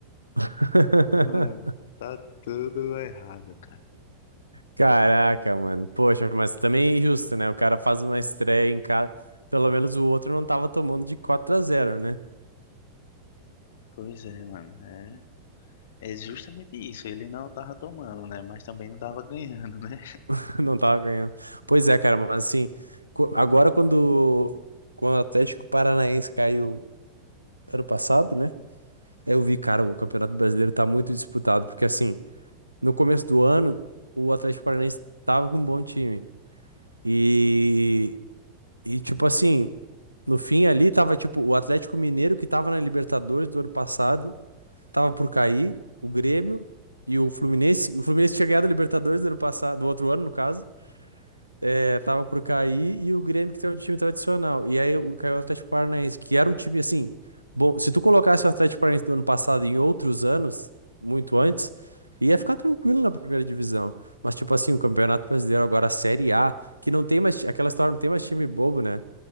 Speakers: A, on the right (about 85°); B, on the left (about 55°).
A: <laughs>
B: Mano, tá tudo errado, cara.
A: Caraca,
B: É, ma-
A: mano. Poxa, mas também é injusto, né? O cara faz uma estreia em casa. Pelo menos o outro não tava tomando de 4 a zero né?
B: Pois é, mano. É, é justamente isso. Ele não tava tomando, né? Mas também não tava ganhando, né?
A: <laughs> Não tava ganhando. Pois é, cara, mas assim, co- agora quando, quando o Atlético Paranaense caiu ano passado, né? Eu vi, cara, o Campeonato Brasileiro tá muito disputado, porque assim, no começo do ano, o Atlético Paranaense tava com um bom time. E, e tipo assim. No fim ali tava tipo o Atlético Mineiro que tava na Libertadores do ano passado, tava por cair, o Grêmio e o Fluminense, o Fluminense tinha ganhado a Libertadores do ano passado, do outro ano no caso, é, tava por cair e o Grêmio que tem um time tradicional. E aí o- caiu o Atlético Paranaense, que era um time assim, bom, se tu colocasse o Atlético Paranaense do ano passado em outros anos, muito antes, ia ficar tranquilo na primeira divisão. Mas tipo assim, o Campeonato Brasileiro agora a Série A, que não tem mais aquela história, não tem mais time bobo, né?